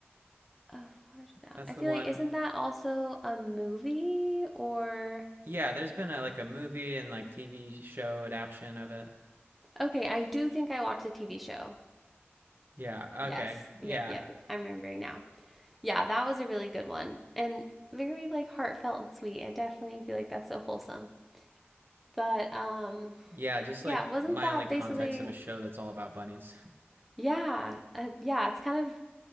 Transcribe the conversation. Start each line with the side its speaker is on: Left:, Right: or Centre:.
Centre: Oh, Watership Down.
Right: That's
Centre: I feel
Right: the one.
Centre: like isn't that also a movie or?
Right: Yeah, there's been a like a movie and like TV show adaptation of it.
Centre: Okay, I do think I watched the TV show.
Right: Yeah,
Centre: Yes,
Right: okay. Yeah.
Centre: yep, yep. I'm remembering now. Yeah, that was a really good one and very like heartfelt and sweet. I definitely feel like that's so wholesome. But um,
Right: Yeah, just
Centre: Yeah,
Right: like
Centre: wasn't
Right: my
Centre: that
Right: only context
Centre: basically?
Right: of a show that's all about bunnies. <laughs>
Centre: Yeah, uh, yeah, it's kind of